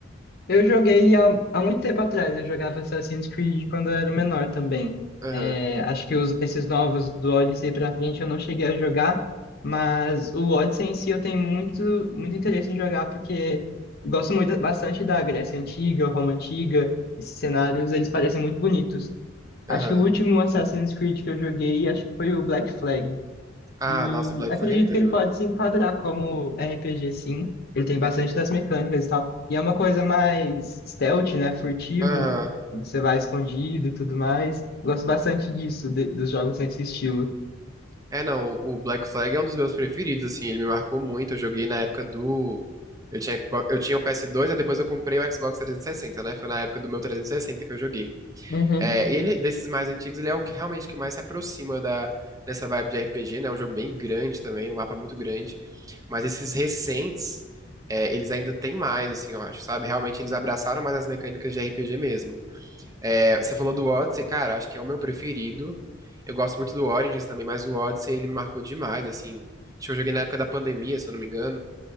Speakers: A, on the left; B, on the right.
A: Eu joguei há, há muito tempo atrás, eu jogava Assassin's Creed quando eu era menor também.
B: Aham,
A: É, acho que os- esses novos do Odyssey pra frente eu não cheguei a jogar, mas o Odyssey em si eu tenho muito, muito interesse em jogar porque gosto muito, bastante da Grécia Antiga, Roma Antiga, esses cenários, eles parecem muito bonitos.
B: aham.
A: Acho que o último Assassin's Creed que eu joguei, acho que foi o Black Flag.
B: Ah,
A: E
B: nossa, Black
A: acredito
B: Flag é incrível.
A: que ele pode se enquadrar como RPG, sim. Ele tem bastante das mecânicas e tal. E é uma coisa mais stealth, né? Furtivo.
B: Aham.
A: Você vai escondido e tudo mais. Gosto bastante disso, de- dos jogos nesse estilo.
B: É, não, o Black Flag é um dos meus preferidos, assim, ele me marcou muito. Eu joguei na época do. Eu tinha, eu tinha o PS2 e depois eu comprei o Xbox 360, né? Foi na época do meu 360 que eu joguei.
A: Uhum.
B: É, ele, desses mais antigos, ele é o que realmente que mais se aproxima da, dessa vibe de RPG, né? É um jogo bem grande também, um mapa muito grande. Mas esses recentes, é, eles ainda têm mais, assim, eu acho, sabe? Realmente eles abraçaram mais as mecânicas de RPG mesmo. É, você falou do Odyssey, cara, acho que é o meu preferido. Eu gosto muito do Origins também, mas o Odyssey ele me marcou demais, assim. Acho que eu joguei na época da pandemia, se eu não me engano.